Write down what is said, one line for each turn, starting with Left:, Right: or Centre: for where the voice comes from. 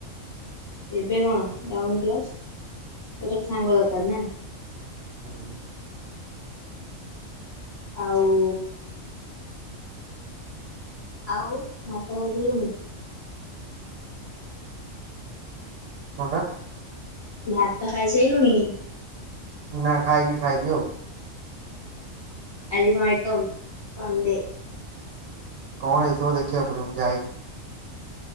Left: ଏବେ କଣ ଡାଉନ ଗ୍ଲାସ ମତେଟ ସାଙ୍ଗ ଦରକାର ନା।
Right: ହୁଁ।
Left: ହଉ। ଆଉ ମାତା ଭଜିଲୁଣି
Right: କଟା।
Left: ଭାତ ଟ ଖାଇଛାଇଇଲୁନି।
Right: ନା ଖାଇନି ଖାଇ ପିଉ
Left: ଆଜିମଟମ୍ ପଣ୍ଡେ
Right: କଣ ହେଇଥିବ ଦେଖିବାକୁ ପଡିବ ଯାାଇନି।